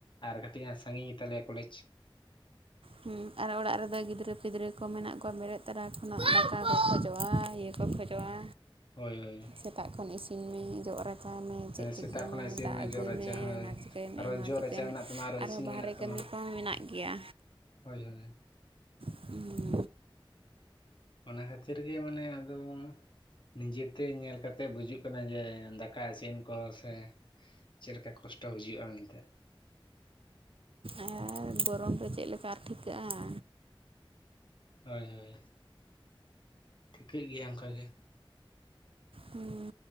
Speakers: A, on the left; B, on the right.
A: ᱟᱨ ᱠᱟᱹᱴᱤᱡ ᱦᱟᱸᱜ ᱥᱟᱺᱜᱤᱧ ᱜᱮᱛᱟᱞᱮᱭᱟ ᱠᱚᱞᱮᱡᱽ
B: ᱦᱩᱸ ᱟᱨ ᱚᱲᱟᱜ ᱨᱮᱫᱚ ᱜᱤᱫᱽᱨᱟᱹ ᱯᱤᱫᱽᱨᱟᱹ ᱠᱚ ᱢᱮᱱᱟᱜ ᱠᱚᱣᱟ ᱵᱮᱨᱮᱫ ᱛᱚᱨᱟ ᱠᱷᱚᱱᱟᱜ ᱫᱟᱠᱟ ᱠᱷᱚᱡᱚᱜᱼᱟ ᱤᱭᱟᱹ ᱠᱚ ᱠᱷᱚᱡᱚᱜᱼᱟ
A: ᱦᱳᱭ ᱦᱳᱭ
B: ᱥᱮᱛᱟᱜ ᱠᱷᱚᱱ ᱤᱥᱤᱱᱢᱤ ᱡᱚᱜᱼᱟ ᱨᱟᱪᱟᱣ ᱢᱮ ᱪᱮᱫ ᱪᱤᱠᱟᱹᱭ
A: ᱥᱮᱛᱟᱜ ᱠᱷᱚᱱᱟᱜ
B: ᱢᱮ
A: ᱤᱥᱤᱱ
B: ᱫᱟᱜ ᱟᱹᱜᱩᱭ
A: ᱡᱚᱜ ᱨᱟᱪᱟ
B: ᱢᱮ
A: ᱦᱳᱭ
B: ᱚᱱᱟ ᱪᱤᱠᱟᱹᱭ ᱢᱮ
A: ᱟᱨᱚ
B: ᱱᱚᱣᱟ
A: ᱡᱚᱜ
B: ᱪᱤᱠᱟᱹᱭ
A: ᱨᱟᱪᱟ
B: ᱢᱮ
A: ᱢᱮᱱᱟᱜ ᱛᱟᱢᱟ ᱟᱨᱚ
B: ᱟᱨᱦᱚᱸ
A: ᱤᱥᱤᱱ
B: ᱵᱟᱨᱮ
A: ᱢᱮᱱᱟᱜ ᱛᱟᱢᱟ
B: ᱠᱟᱹᱢᱤ ᱠᱚᱦᱚᱸ ᱢᱮᱱᱟᱜ ᱜᱮᱭᱟ᱾
A: ᱦᱳᱭ ᱦᱳᱭ
B: <inaudible>
A: ᱚᱱᱟ ᱠᱷᱟᱹᱛᱤᱨ ᱜᱮ ᱢᱟᱱᱮ ᱟᱫᱚ ᱱᱤᱡᱮᱛᱮ ᱧᱮᱞ ᱠᱟᱛᱮ ᱵᱩᱡᱩᱜ ᱠᱟᱱᱟ ᱡᱮ ᱫᱟᱠᱟ ᱤᱥᱤᱱ ᱠᱚ ᱥᱮ ᱪᱮᱫ ᱞᱮᱠᱟ ᱠᱚᱥᱴᱚ ᱵᱩᱡᱩᱜᱼᱟ ᱢᱮᱱᱛᱮ
B: ᱟᱨ ᱜᱚᱨᱚᱢ ᱨᱮ ᱪᱮᱫ ᱞᱮᱠᱟ ᱟᱨ ᱴᱷᱤᱠᱟᱹᱜᱼᱟ
A: ᱦᱳᱭ ᱦᱳᱭ ᱴᱷᱤᱠᱟᱹᱜ ᱜᱮᱭᱟ ᱚᱱᱠᱟ ᱜᱮ
B: ᱦᱩᱸ